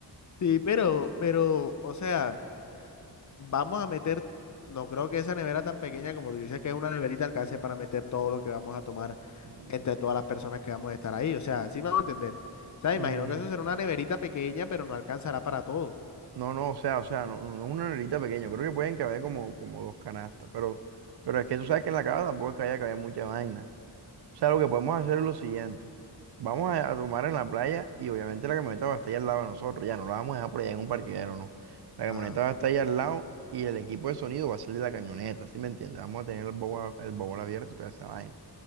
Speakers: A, on the left; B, on the right.
A: Sí, pero, pero, o sea, vamos a meter, no creo que esa nevera tan pequeña como tú dices que es una neverita alcance para meter todo lo que vamos a tomar
B: Mm,
A: entre todas las personas que vamos a estar ahí. O sea, sí me vamos a entender. O sea,
B: mm,
A: imagino que eso será una neverita pequeña, pero no alcanzará para todo.
B: no, no, o sea, o sea, no, no no es una neverita pequeña, creo que pueden caber como, como dos canastas, pero, pero es que tú sabes que en la casa tampoco es que haya caber mucha vaina. O sea, lo que podemos hacer es lo siguiente. Vamos a, a tomar en la playa y obviamente la camioneta va a estar allá al lado de nosotros. Ya no la vamos a dejar por allá en un parqueadero, no. La camioneta
A: Ajá,
B: va a estar allá al lado y el equipo de sonido va a ser de la camioneta, ¿sí me entiendes? Vamos a tener el bowl, el bowl abierto y toda esa vaina.